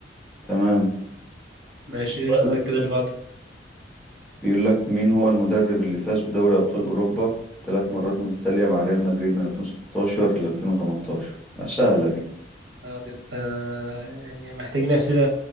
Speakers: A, in the centre; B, on the right (about 70°).
A: تمام
B: <laughs> ماشي
A: سؤال
B: قشطة كده اللي بعده
A: بيقول لك مين هو المدرب اللي فاز بدوري ابطال اوروبا ثلاث مرات متتاليه مع ريال مدريد من 2016 ل 2018 لا، سهله دي
B: آه، ده انت يعني محتاجين اسئله